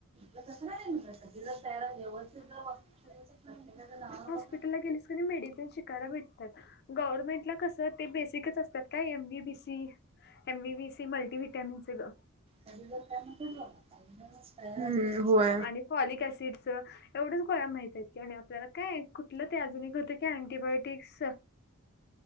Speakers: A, on the right; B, on the left.
A: त कस नाही जर त्या व्यवस्थित हानऽ <unintelligible>
B: तिकडे
A: <inaudible>
B: गेलीस की नाही मेडिसिन शिकायला भेटतात. गव्हर्नमेंट कस ते बेसीकच असतय. त्यात काय एम वि बी स एम वि बी सी मल्टी विटमिनस च ग.
A: सगळीजण काय म्हणत्यात बग, ऐकल्यास <unintelligible> हम्म, होय.
B: आणि फॉलिक ऑसिडच. एवढंच गोळ्या माहित आहेत की आणि आपल्याला. काय, कुठलं ते अजून एक हुतं की अँटीबायोटिक्सच.